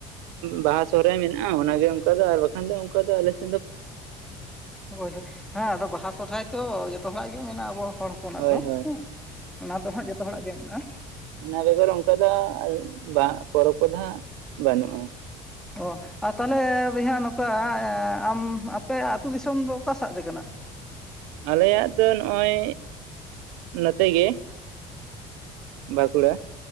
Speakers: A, on the right; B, in the centre.
A: ᱵᱟᱦᱟ ᱥᱚᱦᱦᱟᱭ ᱢᱮᱱᱟᱜᱼᱟ ᱚᱱᱟ ᱜᱮ ᱚᱱᱠᱟ ᱫᱚ ᱟᱨ ᱵᱟᱠᱷᱟᱱ ᱫᱚ ᱚᱱᱠᱟ ᱫᱚ ᱟᱞᱮ ᱾
B: ᱦᱳᱭ ᱦᱳᱭ ᱦᱟᱸ ᱟᱫᱚ ᱵᱟᱦᱟ ᱥᱚᱨᱦᱟᱭ ᱫᱚ ᱡᱚᱛᱚ ᱦᱚᱲᱟᱜ ᱜᱮ ᱢᱮᱱᱟᱜᱼᱟ ᱟᱵᱚ ᱦᱚᱲ ᱦᱚᱯᱚᱱᱟᱜ
A: ᱦᱳᱭ
B: ᱫᱚ
A: ᱦᱳᱭ
B: ᱚᱱᱟ ᱫᱚ ᱦᱟᱸᱜ ᱡᱚᱛᱚ ᱦᱚᱲᱟᱜ ᱜᱮ ᱢᱮᱱᱟᱜᱼᱟ ᱾
A: ᱚᱱᱟ ᱵᱮᱜᱚᱨ ᱚᱱᱠᱟ ᱫᱚ ᱵᱟᱝᱟ ᱠᱚ ᱚᱰᱚᱠᱚ ᱫᱚᱦᱟᱜ ᱜᱟᱱᱚᱜ-ᱟ ᱾
B: ᱚ ᱟᱨ ᱛᱟᱦᱟᱞᱮ ᱵᱚᱭᱦᱟ ᱱᱚᱝᱠᱟ ᱟᱢ ᱟᱯᱮ ᱟᱹᱛᱩ ᱫᱤᱥᱚᱢ ᱫᱚ ᱚᱠᱟ ᱥᱟᱫ ᱨᱮ ᱠᱟᱱᱟ ᱾
A: ᱟᱞᱮᱭᱟᱜ ᱫᱚ ᱱᱚᱜᱼᱚᱭ ᱱᱚᱛᱮ ᱜᱮ ᱾ ᱵᱟᱸᱠᱩᱲᱟ ᱾